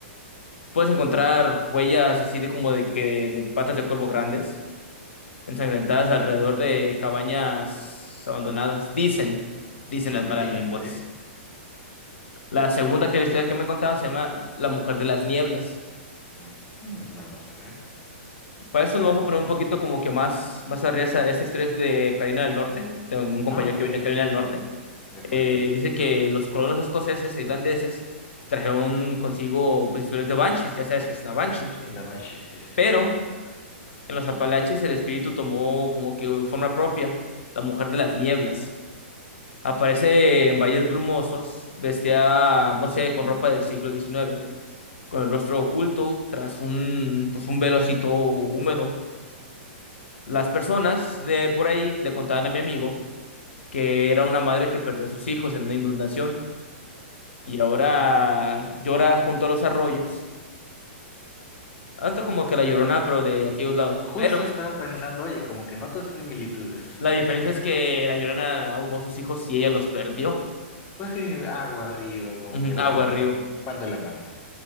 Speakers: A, on the left; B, on the left.
A: Puedes encontrar huellas así de como de que de patas de cuervo grandes ensangrentadas alrededor de cabañas abandonadas. Dicen, dicen las
B: Ok,
A: malas lenguas.
B: ok.
A: La segunda que historia que me contaron se llama La Mujer de las Nieblas.
B: Mm, mm, vamos a ver.
A: Para eso nos vamos a poner un poquito como que más, más arriba. Esa, esa historia es de Carolina del Norte, tengo un compañero
B: Ah, ok,
A: que viene de Carolina del Norte.
B: de acuerdo.
A: Eh, dice que los colonos escoceses e irlandeses trajeron consigo pues, historias de banshees, ya sabes que es una banshee.
B: Sí, la Banshee, sí, sí,
A: Pero
B: sí, conozco el término.
A: en los Apalaches el espíritu tomó como que forma propia, la mujer de las nieblas. Aparece en valles brumosos, vestida, no sé, con ropa del siglo XIX, con el rostro oculto, tras un, pues un velo así todo húmedo. Las personas de por ahí le contaban a mi amigo que era una madre que perdió a sus hijos en una inundación y ahora llora junto a los arroyos, tanto como que la Llorona, pero de aquellos lados.
B: Justo
A: Pero
B: estaba pensando, oye, como que noto esas similitudes.
A: la diferencia
B: <laughs>
A: es que la Llorona ahogó a sus hijos y ella los perdió.
B: Pues sí, agua, río, como
A: Ujú,
B: que bueno,
A: Agua, río.
B: van van de la mano.